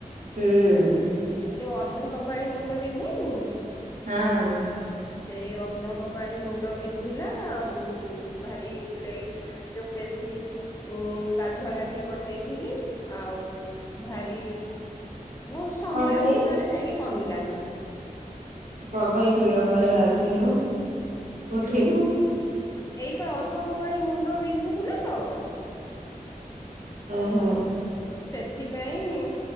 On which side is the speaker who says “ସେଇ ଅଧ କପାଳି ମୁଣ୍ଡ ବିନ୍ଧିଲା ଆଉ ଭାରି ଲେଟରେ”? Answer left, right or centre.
Left